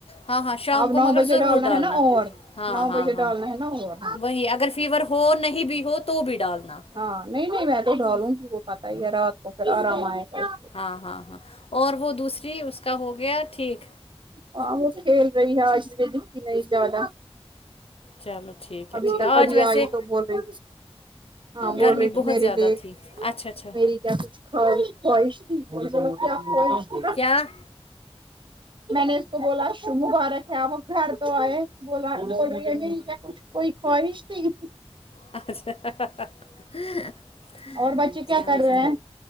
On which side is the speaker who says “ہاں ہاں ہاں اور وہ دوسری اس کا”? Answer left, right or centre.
Left